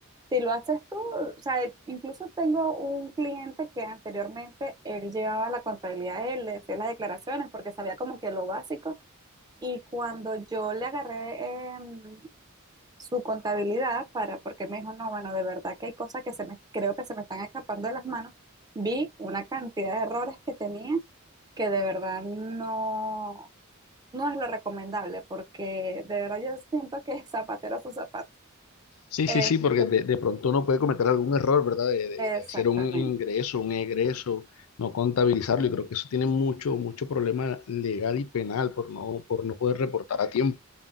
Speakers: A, on the right; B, on the left.
A: si lo haces tú, o sea, incluso tengo un cliente que anteriormente él llevaba la contabilidad, él le hacía las declaraciones porque sabía como que lo básico y cuando yo le agarré em, su contabilidad para, porque me dijo, no, bueno, de verdad que hay cosas que se me, creo que se me están escapando de las manos, vi una cantidad de errores que tenía que de verdad no, no es lo recomendable porque de verdad yo siento que <laughs> es zapatero a su zapato.
B: Sí,
A: Este,
B: sí, sí, porque de, de pronto uno puede cometer algún error, ¿verdad? De, de- de
A: exactamente.
B: hacer un ingreso, un egreso, no contabilizarlo. Y creo que eso tiene mucho, mucho problema legal y penal por no, por no poder reportar a tiempo.